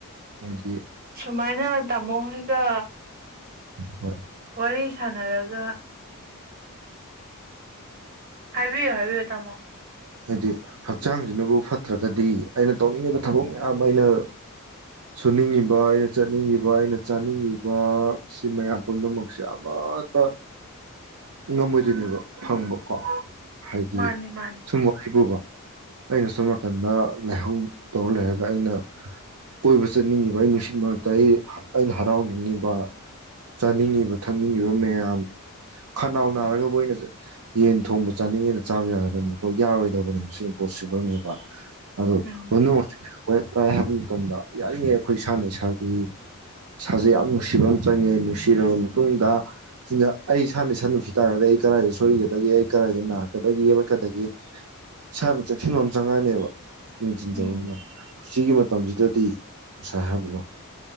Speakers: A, on the right; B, on the right.
A: ꯍꯥꯏꯗꯤ
B: ꯁꯨꯃꯥꯏꯅ ꯇꯥꯃꯣ ꯍꯣꯏꯒ
A: ꯎ
B: ꯋꯥꯔꯤ ꯁꯅꯔꯒ ꯍꯥꯏꯕꯤꯌꯨ ꯍꯥꯏꯕꯤꯌꯨ ꯇꯥꯃꯣ
A: ꯍꯥꯏꯗꯤ ꯍꯛꯆꯥꯡꯁꯤꯅꯕꯨ ꯐꯠꯇ꯭ꯔꯒꯗꯤ ꯑꯩꯅ ꯇꯧꯅꯤꯡꯉꯤꯕ ꯊꯕꯛ ꯃꯌꯥꯝ ꯑꯩꯅ ꯁꯨꯅꯤꯡꯉꯤꯕ ꯑꯩꯅ ꯆꯠꯅꯤꯡꯉꯤꯕ ꯑꯩꯅ ꯆꯥꯅꯤꯡꯉꯤꯕ ꯁꯤ ꯃꯌꯥꯝ ꯄꯨꯝꯅꯃꯛꯁꯦ ꯑꯃꯠꯇ ꯉꯝꯃꯣꯏꯗꯣꯏꯅꯦꯕ ꯐꯪꯕꯀꯣ ꯍꯥꯏꯗꯤ
B: ꯃꯥꯅꯦ ꯃꯥꯅꯦ
A: ꯁꯨꯝ ꯋꯥ ꯄꯨꯕ ꯑꯩꯅ ꯁꯣꯝ ꯅꯥꯀꯟꯗ ꯂꯥꯏꯍꯧ ꯇꯧꯔ ꯂꯩꯔꯒ ꯑꯩꯅ ꯀꯣꯏꯕ ꯆꯠꯅꯤꯡꯉꯤꯕ ꯑꯩ ꯅꯨꯡꯁꯤꯠ ꯃꯔꯛꯇ ꯑꯩ ꯑꯩꯅ ꯍꯔꯥꯎꯅꯤꯡꯉꯤꯕ ꯆꯥꯅꯤꯡꯉꯤꯕ ꯊꯛꯅꯤꯡꯉꯤꯕ ꯃꯌꯥꯝ ꯈꯅꯥꯎ ꯅꯥꯔꯒꯕꯨ ꯑꯣꯏꯅ ꯌꯦꯟ ꯊꯣꯡꯕ ꯆꯥꯅꯤꯡꯉꯦꯅ ꯆꯥꯕ ꯌꯥꯒꯗꯅꯤ ꯑꯩꯈꯣꯏ ꯌꯥꯔꯣꯏꯗꯕꯅꯦꯕ ꯁꯤ ꯏꯝꯄꯣꯁꯤꯕꯜꯅꯦꯕ ꯑꯗꯣ
B: ꯎꯝ
A: ꯑꯣ ꯀꯣꯏ ꯇꯥꯏ ꯍꯥꯏꯕ ꯃꯇꯝꯗ ꯌꯥꯔꯤꯉꯩ ꯑꯩꯈꯣꯏ ꯏꯁꯥꯅ ꯏꯁꯥꯒꯤ ꯏꯁꯥꯁꯦ ꯌꯥꯝ ꯅꯨꯡꯁꯤꯕ ꯑꯃ ꯆꯪꯉꯦ ꯅꯨꯡꯁꯤꯔꯕ ꯃꯇꯨꯡꯗ ꯆꯤꯟꯖꯥꯛ ꯑꯩ ꯏꯁꯥꯅ ꯁꯟꯗꯨꯁꯤ ꯇꯥꯔꯒꯗꯤ ꯑꯩ ꯀꯗꯥꯏꯗ ꯁꯣꯏꯒꯗꯒꯦ ꯑꯩ ꯀꯗꯥꯏꯗ ꯅꯥꯔꯛꯀꯗꯒꯦ ꯍꯂꯠꯀꯗꯒꯦ ꯏꯁꯥꯅ ꯆꯦꯛꯁꯤꯟꯕ ꯑꯃ ꯆꯪꯉꯛꯑꯅꯦꯕ ꯆꯤꯟꯖ
B: ꯎꯝ
A: ꯍ ꯁꯤꯒꯤ ꯃ ꯃꯇꯝꯁꯤꯗꯗꯤ ꯉꯁꯥꯏ ꯍꯥꯏꯕꯗꯣ